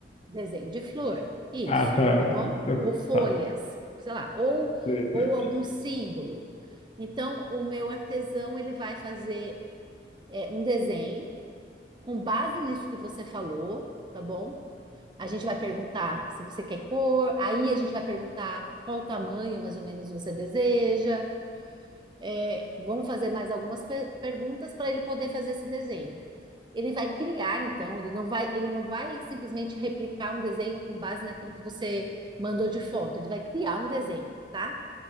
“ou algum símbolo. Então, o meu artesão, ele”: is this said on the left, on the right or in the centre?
Right